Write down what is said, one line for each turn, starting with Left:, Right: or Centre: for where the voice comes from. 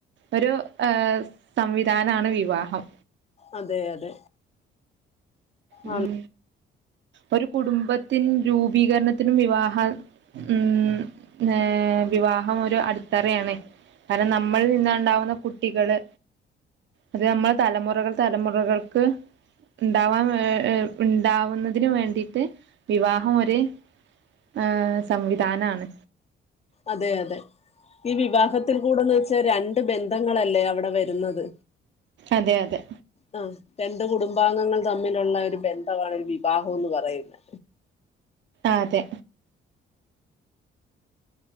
Right: ഒരു ഏഹ് സംവിധാനാണ് വിവാഹം.
Left: അതെ അതെ
Right: ഉം
Left: ആ
Right: ഒരു കുടുംബത്തിൻ രൂപീകരണത്തിനും വിവാഹ ഉം ഏഹ് വിവാഹം ഒരു അടിത്തറയാണ്, കാരണം നമ്മളിൽ നിന്ന് ഇണ്ടാവുന്ന കുട്ടികള് അത് നമ്മൾ തലമൊറകൾ തലമൊറകൾക്ക് ഇണ്ടാവാൻ വ ഏഹ് ഏഹ് ഉണ്ടാവുന്നതിന് വേണ്ടിയിട്ട് വിവാഹം ഒര് ഏഹ് സംവിധാനാണ്.
Left: അതെ അതെ ഈ വിവാഹത്തിൽ കൂടെന്ന് വെച്ചാ രണ്ട് ബന്ധങ്ങളല്ലേ അവടെ വരുന്നത്
Right: അതെ അതെ
Left: ആ രണ്ട് കുടുംബാംഗങ്ങൾ തമ്മിലുള്ള ഒരു ബന്ധവാണ് ഒരു വിവാഹോന്ന് പറയുന്നേ.
Right: അതെ